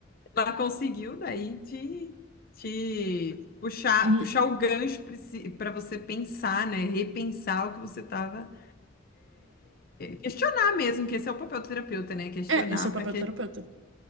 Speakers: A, on the left (about 50°); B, on the right (about 75°).
A: Ela conseguiu daí te, te puxar,
B: Hum.
A: puxar o gancho para você pensar, né? Repensar o que você estava. questionar mesmo, que esse é o papel do terapeuta, né? Questionar
B: É, esse é o
A: para
B: papel
A: que,
B: do terapeuta.